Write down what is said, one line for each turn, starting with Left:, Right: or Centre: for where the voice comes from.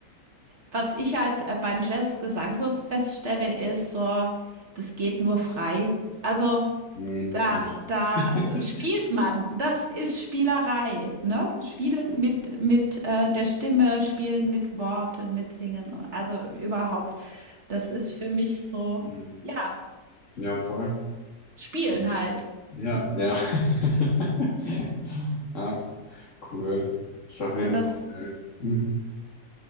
Right: was ich halt äh, beim Jazzgesang so feststelle, ist so, das geht nur frei. Also
Left: Mhm.
Right: da,
Left: Ja.
Right: da
Left: <laughs>
Right: spielt man. Das ist Spielerei. Ne? Spielen mit, mit äh, der Stimme, spielen mit Worten, mit Singen. Also überhaupt. Das ist für mich so,
Left: Mhm.
Right: ja,
Left: Ja, voll.
Right: spielen
Left: Und das,
Right: halt.
Left: ja, ja. <laughs> Ja, cool. Ist auf jeden
Right: Und das,
Left: Fall ein